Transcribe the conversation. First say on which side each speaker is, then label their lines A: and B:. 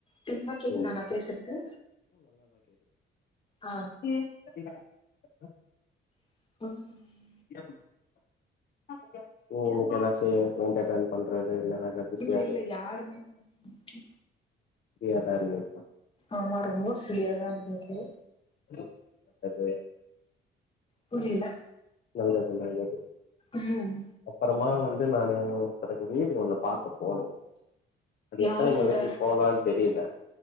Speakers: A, on the left; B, on the left.
A: தெளிவா கேக்குதா
B: ம்.
A: நான் பேசுறது. ஆ
B: உம் <inaudible>
A: <inaudible>
B: <unintelligible> பிஸியா
A: இல்ல
B: இருந்தது
A: இல்ல யாருமே மா இன்னைக்கி
B: யாபாரி யோடுதான்
A: ஆமா ரொம்ப சுழியாதா இருந்தச்சு
B: து அது
A: புரியல
B: நல்லது நல்லது
A: ம்
B: அப்பறம் அம்மா வந்து நானு ஒருத்தருக்கு வீடு ஒண்ணு பாக்க போனோ அது
A: யார்
B: எத்தன மணிக்கு
A: கூட
B: போலானு தெரில